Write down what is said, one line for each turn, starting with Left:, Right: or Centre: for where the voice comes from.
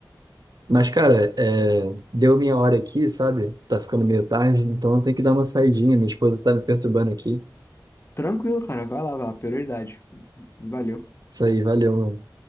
Right: Mas, cara, é, deu minha hora aqui, sabe? Tá ficando meio tarde, então eu tenho que dar uma saidinha. Minha esposa tá me perturbando aqui.
Left: Tranquilo, cara. Vai lá, vai lá. Prioridade. Valeu.
Right: Isso aí, valeu, mano.